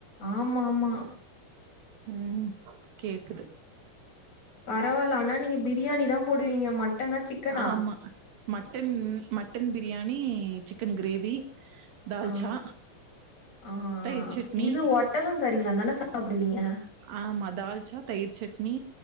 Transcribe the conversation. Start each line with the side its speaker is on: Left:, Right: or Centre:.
Left: ஆமாம்மா
Right: ம் கேக்குது
Left: பரவால்ல ஆனா நீங்க பிரியாணி தா போடுவீங்க மட்டனா சிக்கனா
Right: ஆமா mutton mutton biryani chicken gravy தால்ச்சா
Left: அ ஆ
Right: தயிர்
Left: ஆ
Right: சட்னி
Left: இது ஒட்டக கறிலா தானே சாப்டுவீங்க
Right: ஆமா தால்ச்சா தயிர் சட்னி